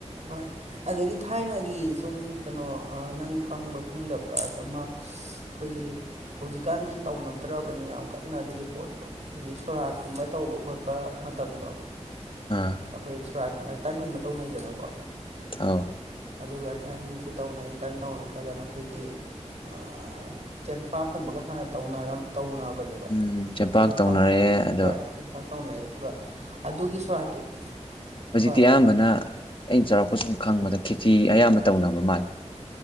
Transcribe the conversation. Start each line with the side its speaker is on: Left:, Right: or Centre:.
Right: ꯍꯣꯏ ꯑꯗꯒꯤ ꯊꯥꯏꯅꯒꯤ ꯁꯨꯝ ꯀꯩꯅꯣ ꯑꯥ ꯅꯪ ꯈꯪꯕ꯭ꯔꯥ ꯈꯪꯗꯕ꯭ꯔꯥ ꯑꯃ ꯁꯤ ꯈꯣꯏꯒꯤ ꯍꯧꯖꯤꯛꯀꯥꯟꯗꯤ ꯇꯧꯅꯗ꯭ꯔꯕꯅꯤ ꯌꯥꯝ ꯀꯟꯅ ꯑꯗꯨꯒꯤ ꯄꯣꯠꯇꯣ ꯈꯣꯏꯒꯤ ꯁꯣꯔꯥꯠꯀꯨꯝꯕ ꯇꯧꯕ ꯈꯣꯠꯄ ꯃꯇꯝꯗꯣ
Left: ꯑꯥ
Right: ꯑꯈꯣꯏ ꯁꯨꯔꯥꯠ ꯀꯨꯝꯕ ꯇꯟꯒꯨꯝꯕ ꯇꯧꯅꯩꯗꯅꯀꯣ
Left: ꯑꯥꯎ
Right: ꯑꯗꯨꯒ ꯇꯟꯁꯨ ꯇꯧꯅꯩ ꯇꯟ ꯇꯧꯅꯗ꯭ꯔꯒꯅ ꯑꯈꯣꯏꯒꯤ ꯑꯥ ꯆꯦꯡꯄꯥꯛꯀꯨꯝꯕꯒ ꯍꯥꯟꯅ ꯇꯧꯅꯔꯝ ꯇꯧꯅꯕꯅꯦꯕ
Left: ꯎꯝ
Right: ꯈꯣꯏ ꯆꯦꯡꯄꯥꯛ
Left: ꯇꯧꯅꯔꯦ ꯑꯗꯣ
Right: ꯍꯣꯏ ꯆꯦꯡꯄꯥꯛ ꯇꯧꯅꯩ ꯑꯗꯨꯒ ꯑꯗꯨꯒꯤ ꯁꯣꯔꯥꯠꯀꯤ
Left: ꯍꯨꯖꯤꯛꯇꯤ
Right: ꯍꯣꯏ
Left: ꯑꯌꯥꯝꯕꯅ ꯑꯩꯅ ꯆꯧꯔꯥꯛꯄ ꯁꯨꯝ ꯈꯪꯕꯗ ꯈꯦꯆꯤ ꯑꯌꯥꯝꯕ ꯇꯧꯅꯕ ꯃꯥꯜꯂꯦ